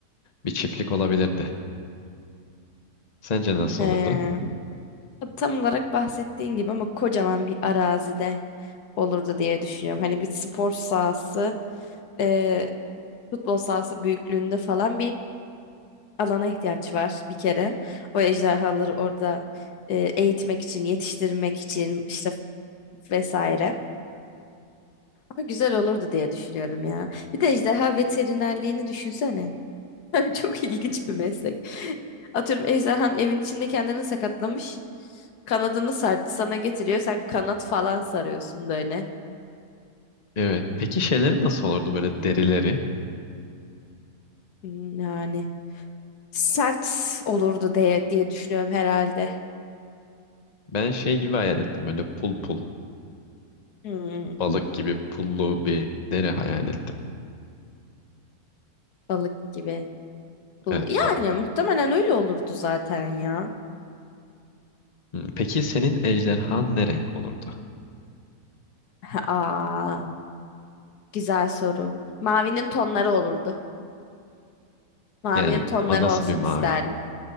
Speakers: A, on the left (about 30°); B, on the left (about 85°).
A: bir çiftlik olabilirdi. Sence nasıl
B: He.
A: olurdu?
B: Tam olarak bahsettiğin gibi ama kocaman bir arazide olurdu diye düşünüyorum. Hani bir spor sahası, e, futbol sahası büyüklüğünde falan bir alana ihtiyaç var bir kere. O ejderhaları orada e, eğitmek için, yetiştirmek için işte vesaire. Ama güzel olurdu diye düşünüyorum ya. Bir de ejderha veterinerliğini düşünsene. <laughs> Çok ilginç bir meslek. Atıyorum ejderhan evin içinde kendini sakatlamış. Kanadını sar sana getiriyor. Sen kanat falan sarıyorsun böyle.
A: Evet. Peki şeyleri nasıl olurdu böyle derileri?
B: Hmm, Yani sert olurdu diye diye düşünüyorum herhalde.
A: Ben şey gibi hayal ettim böyle pul pul
B: Hmm,
A: balık gibi pullu bir deri hayal ettim.
B: balık gibi. Bul-
A: Evet
B: Yani
A: balık.
B: muhtemelen öyle olurdu zaten ya.
A: Hmm, Peki senin ejderhan ne renk olurdu?
B: <laughs> Aa, güzel soru. Mavinin tonları olurdu. Mavinin
A: Yani
B: tonları
A: ama nasıl
B: olsun
A: bir mavi?
B: isterdim.